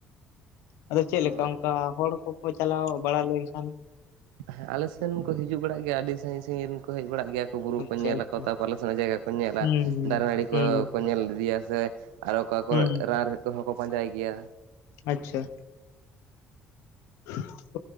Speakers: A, on the left (about 70°); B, on the right (about 75°).
A: ᱟᱫᱚ ᱪᱮᱫᱞᱮᱠᱟ
B: ᱦᱳᱭ
A: ᱚᱱᱠᱟ ᱦᱚᱲ ᱠᱚᱠᱚ ᱪᱟᱞᱟᱣ ᱵᱟᱲᱟ ᱞᱮᱱᱠᱷᱟᱱ
B: ᱦᱮᱸ ᱟᱞᱮ ᱥᱮᱱ ᱠᱚ ᱦᱤᱡᱩᱜ ᱵᱟᱲᱟᱜ ᱜᱮᱭᱟ ᱟᱹᱰᱤ ᱥᱟᱺᱜᱤᱧ ᱥᱟᱺᱜᱤᱧ ᱨᱮᱱ ᱠᱚ ᱦᱮᱡ ᱵᱟᱲᱟ ᱜᱮᱭᱟ, ᱵᱩᱨᱩ
A: ᱟᱪᱪᱷᱟ
B: ᱠᱚ ᱧᱮᱞ
A: ᱟᱪᱪᱷᱟ
B: ᱟᱠᱚ ᱛᱟᱨᱯᱚᱨ ᱟᱞᱮ ᱥᱮᱱᱟᱜ ᱡᱟᱭᱜᱟ ᱠᱚ᱾ ᱠᱚ ᱧᱮᱞᱟ
A: ᱦᱩᱸ
B: ᱫᱟᱨᱮ ᱱᱟᱹᱲᱤ
A: ᱦᱩᱸ
B: ᱠᱚᱠᱚ ᱧᱮᱞ ᱤᱫᱤᱭᱟ ᱥᱮ ᱟᱨᱚ ᱚᱠᱟ ᱠᱚ
A: ᱦᱩᱸ
B: ᱨᱟᱱ ᱠᱚ ᱦᱚᱸᱚᱸ ᱠᱚ ᱯᱟᱸᱡᱟᱭ ᱜᱮᱭᱟ
A: ᱟᱪᱷᱟ <inaudible>